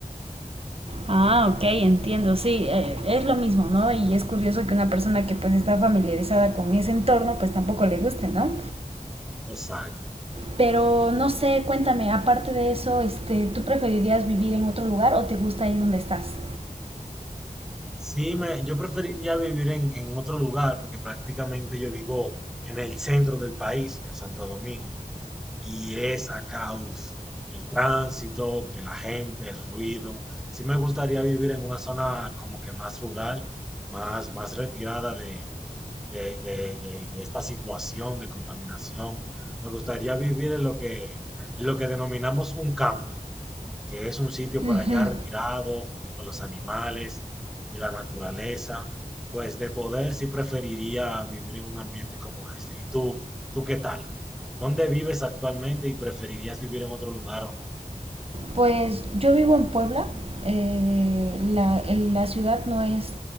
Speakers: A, on the right; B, in the centre.
A: Ah, ok, entiendo, sí, eh, es lo mismo, ¿no? Y es curioso que una persona que pues está familiarizada con ese entorno pues tampoco le guste, ¿no?
B: Exacto.
A: Pero no sé, cuéntame, aparte de eso, este, ¿tú preferirías vivir en otro lugar o te gusta ahí donde estás?
B: Sí, me, yo preferiría vivir en, en otro lugar porque prácticamente yo vivo en el centro del país, en Santo Domingo, y es acá, uf, el tránsito, que la gente, el ruido. Sí me gustaría vivir en una zona como que más rural, más, más retirada de, de, de- de- de esta situación de contaminación. Me gustaría vivir en lo que, en lo que denominamos un campo, que es un sitio
A: Ujú.
B: por allá retirado, junto con los animales y la naturaleza. Pues de poder sí preferiría vivir en un ambiente como este. ¿Y tú, tú qué tal? ¿Dónde vives actualmente y preferirías vivir en otro lugar o no?
A: Pues yo vivo en Puebla, eh, la, el- la ciudad no es